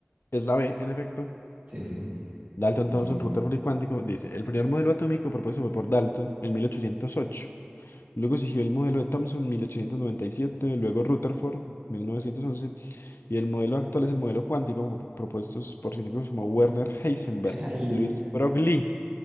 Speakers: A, on the left; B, on the right.
A: es la B, en efecto.
B: Sí, sí.
A: Dalton
B: Bien.
A: Thomson, Rutherford y cuántico, dice, el primer modelo atómico propuesto fue por Dalton en mil ochocientos ocho Luego siguió el modelo de Thomson en mil ochocientos noventa y siete luego Rutherford mil novecientos once Y el modelo actual es el modelo cuántico pro- propuestos por científicos como Werner Heisenberg,
B: <laughs> Bien Ahí,
A: Luis Broglie